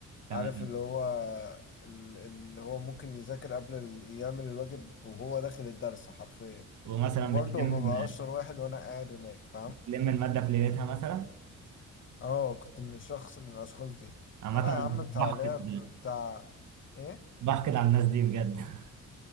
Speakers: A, on the right; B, on the left.
A: <laughs> تمام
B: عارف اللي هو ال- اللي هو ممكن يذاكر قبل ال- يعمل الواجب وهو داخل الدرس حرفيا
A: ومثلا
B: وبرضه
A: بتلم
B: ببقى اشطر واحد وانا قاعد هناك فاهم
A: بتلم المادة في ليلتها مثلا
B: اه كنت من الشخص من الاشخاص دي
A: عامة
B: انا يا
A: أنا
B: عم بتاع
A: بحقد
B: لعب بتاع ايه
A: بحقد على الناس دي بجد <laughs>